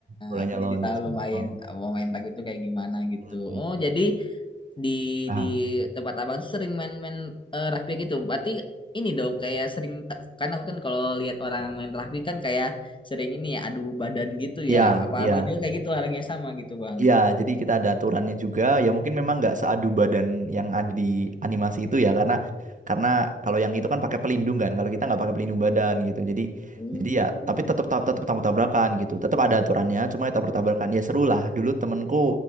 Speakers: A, on the right; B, on the left.
A: bolanya
B: Aku
A: lonceng.
B: jadi tahu lumayan
A: Oh,
B: pemain tag itu kayak gimana gitu.
A: lonceng.
B: Oh, jadi di
A: Ah,
B: di tempat abang tuh sering main-main eh, rugby gitu. Berarti ini dong kayak sering ta- kan aku kan kalau lihat orang main rugby kan kayak sering ini ya adu badan gitu
A: iya,
B: ya. Apa
A: iya.
B: abang juga kayak gitu olahraga yang sama gitu, Bang?
A: Iya, jadi kita ada aturannya juga. Ya mungkin memang nggak seadu badan yang ada di animasi itu ya, karena karena kalau yang itu kan pakai pelindung kan. Kalau kita nggak pakai pelindung badan gitu. Jadi
B: Hmm.
A: jadi ya, tapi tetap tetap tetap tabrakan gitu. Tetap ada aturannya, cuma ya tabrak tabrakan. Ya seru lah. Dulu temenku